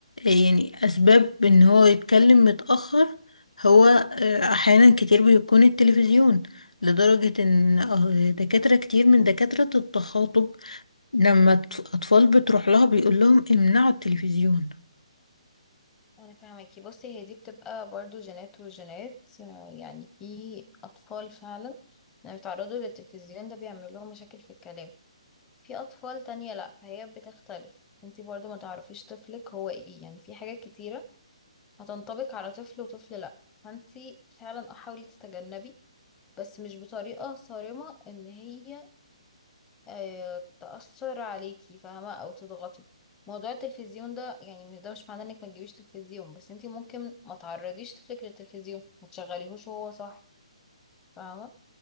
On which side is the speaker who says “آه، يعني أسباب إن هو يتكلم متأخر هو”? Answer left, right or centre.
Left